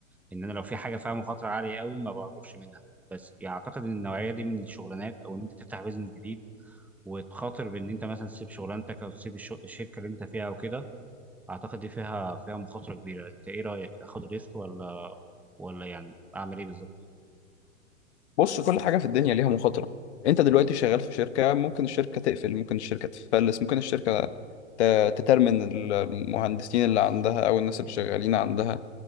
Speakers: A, in the centre; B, on the left (about 55°).
A: ان انا لو في حاجه فيها مخاطره عاليه قوي ما بعرفش منها بس يعني اعتقد ان النوعيه دي من الشغلانات او ان انت تفتح بيزنس جديد وتخاطر بان انت مثلا تسيب شغلانتك او تسيب الشو- الشركه اللي انت فيها او كده اعتقد دي فيها فيها مخاطره كبيره انت ايه رايك اخد ريسك ولا ولا يعني اعمل ايه بالظبط
B: بص كل حاجة في الدنيا ليها مخاطرة انت دلوقتي شغال في شركة ممكن الشركة تقفل ممكن الشركة تفلس ممكن الشركة ت- تترمن المهندسين اللي عندها او الناس اللي شغالين عندها